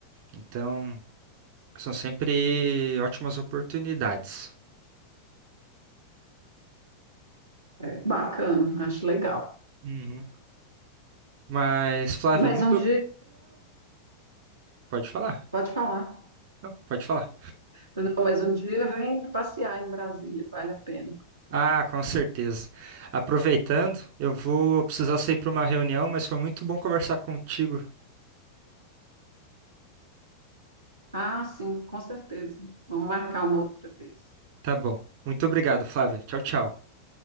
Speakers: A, on the right; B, on the right.
A: Então, são sempre ótimas oportunidades.
B: É, bacana, acho legal.
A: Uhum. Mas, Flávia,
B: Mas
A: é muito.
B: um dia,
A: Pode falar?
B: pode falar.
A: Não, pode falar.
B: Não, mas um dia vem passear em Brasília, vale a pena.
A: Ah, com certeza. Aproveitando, eu vou precisar sair para uma reunião, mas foi muito bom conversar contigo.
B: Ah, sim, com certeza. Vamos marcar uma outra vez.
A: Tá bom. Muito obrigado, Flávia. Tchau, tchau.